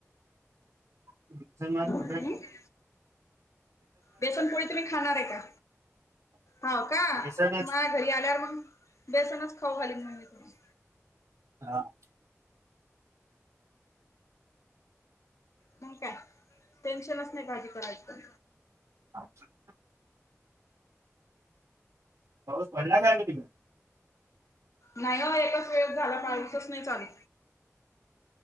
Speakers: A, on the right; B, on the left.
A: <unintelligible>
B: का? बेसन पोळी तुम्ही खाणार आहे का? हाव का
A: येसनच
B: माझ घरी आल्यावर मग बेसनच खाऊ घाली मग मी तुमही.
A: हा.
B: मग काय टेन्शनच नाही भाजी करायं
A: अच्छा. बस बि्या खय तुमही.
B: नाही एकाच वेळ झाला पावीसच नाही चालेू.